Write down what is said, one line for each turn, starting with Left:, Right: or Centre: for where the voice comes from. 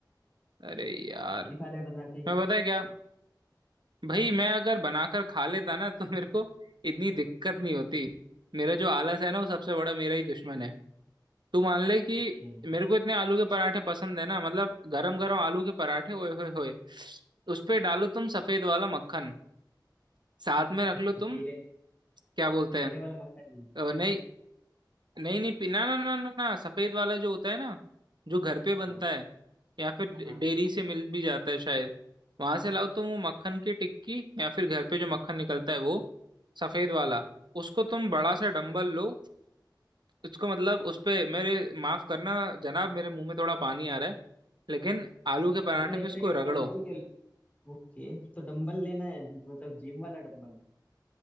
Right: अरे यार
Left: तू भी खा ले बना के
Right: मैं पता है क्या भाई मैं अगर बनाकर खा लेता ना तो मेरे को इतनी दिक्कत नहीं होती मेरा जो आलस है ना वो सबसे बड़ा मेरा ही दुश्मन है तू मान ले कि
Left: अच्छा
Right: मेरे को इतने आलू के पराठे पसंद है ना मतलब गरम गरम आलू के पराठे ओए होए होए उस पे डालो तुम सफेद वाला मक्खन साथ में रख
Left: अच्छा
Right: लो तुम
Left: पीले
Right: क्या बोलते
Left: पीले
Right: हैं
Left: वाला मक्खन नहीं
Right: अ, नहीं नहीं नहीं पी- ना ना ना ना ना सफेद वाला जो होता है ना जो घर पे बनता
Left: हाँ
Right: है या फिर डे-
Left: हाँ
Right: डेयरी से मिल भी जाता है शायद वहां से लाओ तुम वो मक्खन की टिक्की या फिर घर पे जो मक्खन निकलता है वो सफेद वाला उसको तुम बड़ा सा डंबल लो उसको मतलब उस पे मेरे माफ करना जनाब मेरे मुंह में थोड़ा पानी आ रहा है लेकिन आलू के पराठे
Left: ये तो एक
Right: पे
Left: सेकंड
Right: इसको रगड़ो
Left: डंबल के ओके तो डंबल लेना है मतलब जिम वाला डंबल